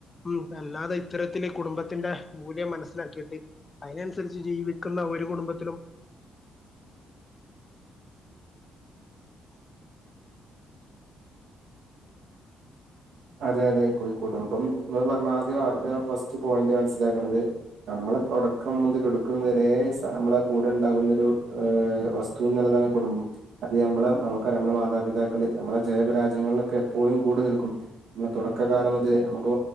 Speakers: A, on the left; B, on the right.
A: ഉ അല്ലാതെ ഇത്തരത്തി കുടുംബത്തിന്റെ മൂല്യം മനസ്സിലാക്കിയിട്ട് അതിനനുസരിച്ച് ജീവിക്കുന്ന ഒരു കുടുംബത്തിലും
B: <unintelligible> അതെ അതെ കുടുംബം പറഞ്ഞ ആദ്യം ഫസ്റ്റ് പോയിന്റ് മനസ്സിലാക്കണുന്നത് നമ്മ നമ്മളെ തുടക്കം മുതലൊടുക്കും വരെ നമ്മളെ കൂടെ ഉണ്ടാകുന്നൊ ഒരു് വസ്തു എന്നുള്ളതാണ് കുബ അത് നമ്മളെ നമുക്ക നമ്മളുടെ മാതാപിതാക്കൾ നമ്മളെ ജയപരാജ്യങ്ങളിലൊക്കെ എപ്പോഴും കൂടു നിൽക്കും നമ്മുടെ തുടക്ക കാലം മുതൽ നമക്ക്